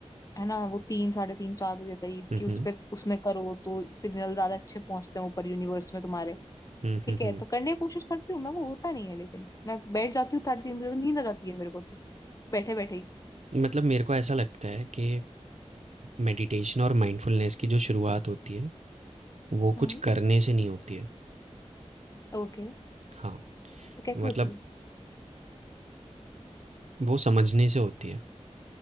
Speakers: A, on the left; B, on the right.
A: है ना वो तीन साढ़े तीन चार बजे करीब
B: हम्म
A: कि उस
B: हम्म
A: पे उसमें करो तो सिग्नल ज्यादा अच्छे पहुंचते हैं ऊपर यूनिवर्स में तुम्हारे
B: हम्म
A: ठीक
B: हम्म
A: है
B: हम्म।
A: तो करने की कोशिश करती हूँ मैं वो होता नहीं है लेकिन मैं बैठ जाती हूँ साढ़े तीन बजे तो नींद आ जाती है मेरे को तो बैठे बैठे ही
B: मतलब मेरे को ऐसा लगता है कि मेडिटेशन और माइंडफुलनेस की जो शुरुआत होती है वो
A: हम्म
B: कुछ करने से नहीं होती है।
A: ओके
B: हाँ,
A: तो कैसे
B: मतलब
A: होती है
B: वो समझने से होती है